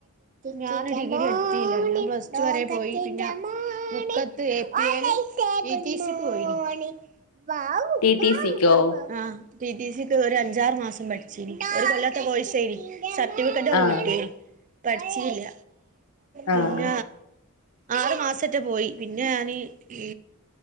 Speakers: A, on the right (about 35°); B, on the left (about 85°).
A: ഞാന് ഡിഗ്രി എട്ത്തില്ല ഞാൻ പ്ലസ്റ്റു വരെ പോയി പിന്നെ മുക്കത്ത് ഏ പി ഏ ൽ ടി ടി സി ക്ക് പോയിനി വൗ
B: ടി
A: ഭാവ
B: ടി സിക്കോ
A: ബമ്പ ആഹ് ടി ടി സിക്ക് ഒരു അഞ്ചാറ് മാസം പഠിച്ചിന് ഒരു കൊല്ലാത്ത കോയ്സെന്നു സർട്ടിഫിക്കറ്റൊക്കെ
B: ആഹ്
A: കിട്ടി മ് പഠിച്ചില്ല
B: ആഹ്
A: പിന്ന ആറ് മാസറ്റെ പോയി പിന്നെ ഞാന് ഈ